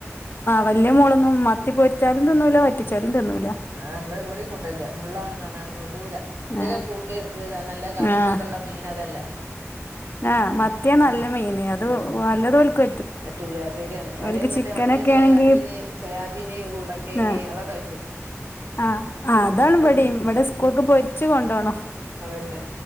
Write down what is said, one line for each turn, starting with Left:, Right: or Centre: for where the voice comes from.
Left: വലിയ മോളൊന്നും മത്തി പോരിച്ചാലും തിന്നുല്ല വറ്റിചലും ചരി തന്ന
Right: ആ ഇവിടെ ഇവിടിം കൂട്ടല്ലില മുള്ളാണ് പറഞ്ഞട് തോടുല. ഒറ്റയൊക്കെ
Left: ആഹ്
Right: കൂട്ടി ഇ നല്ല കാൽഷ്യൊക്കെള്ള
Left: ആഹ്
Right: മീൻ അതല്ലേ
Left: ആഹ് മത്തിയാ
Right: ഉ
Left: നല്ല മീന് അത്
Right: ഉ ഉ
Left: അല്ലത് ഓൽക്ക്
Right: പറ്റൂല ഉം ശ്ശേരിയാണ് ഏറെ
Left: ഓൽക്ക്
Right: മറ്റ
Left: ചിക്കനൊക്കെ
Right: ഉണങ്ങിയ സോയാബീന്
Left: ആണെങ്കി
Right: സോയാബീന് ഉരുളക്കിഴങ്ങ്
Left: ആഹ്
Right: അതൊക്കെ പറ്റും.
Left: ആഹ് ആ
Right: ഉം
Left: അതാണ് ഇവടിം ഇവിടെ സ്കൂൾക്ക്
Right: ഉം
Left: പൊരിച്ച് കൊണ്ടോണം.
Right: അതന്നെ